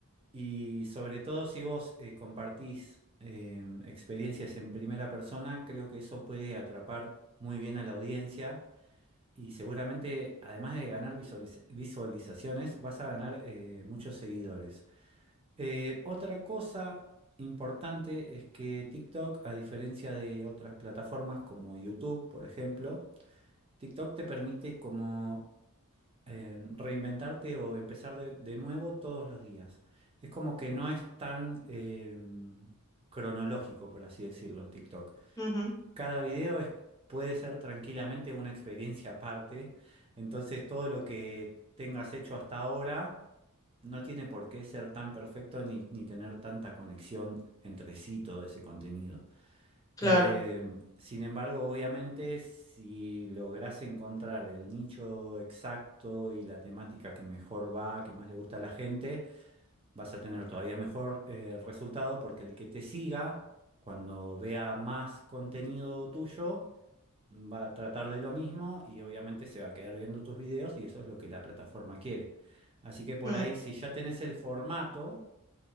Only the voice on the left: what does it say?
Ujú,
claro,
mm,